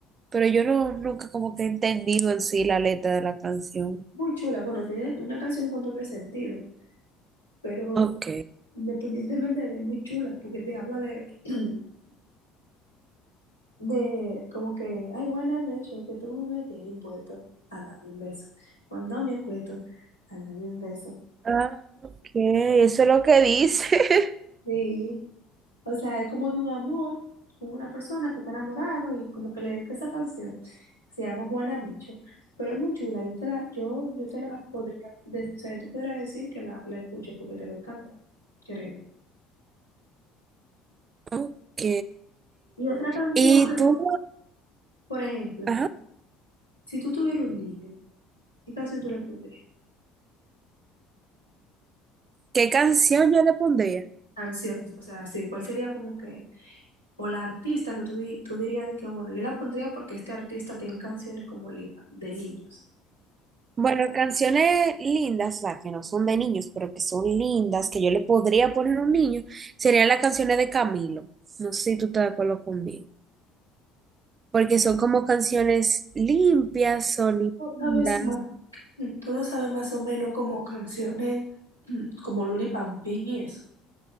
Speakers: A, on the right; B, on the left.
A: pero yo no, nunca como que he entendido en sí la letra de la canción.
B: Muy chula, bueno, tiene una canción con doble sentido, pero
A: Ok.
B: independientemente de muy chula, porque te habla de, <clears throat> de como que, ay, wanna make sure que tú me tienes impuesto a darme un beso. Cuando me acuesto, a darme un beso.
A: Ah, ok, eso es lo que dice. <laughs>
B: Sí, O sea, es como de un amor con una persona que está enamorado y como que le dedica esa canción. Se llama Juana Mecho. Pero es muy chula. Yo te la, yo, yo te la podría, de- o sea, yo te podría decir que la, la escuches porque te va a encantar. Créeme.
A: Ok.
B: Y otra canción,
A: ¿Y
B: que
A: tú,
B: tú- por ejemplo,
A: ajá,
B: si tú tuvieras un niño, ¿qué canción tú le pondrías?
A: qué canción yo le pondría?
B: Canción, o sea, sí, ¿cuál sería como que, o la artista que tú, di- tú dirías de que, bueno, yo la pondría porque este artista tiene canciones como lindas, de niños.
A: Bueno, canciones lindas, o sea, que no son de niños, pero que son lindas, que yo le podría poner a un niño, serían las canciones de Camilo. No sé si tú estás de acuerdo conmigo. Porque son como canciones limpias, son lindas.
B: Sabes, Mm, Tú no sabes más o menos como canciones <clears throat> mm, como Luli Pampín y eso.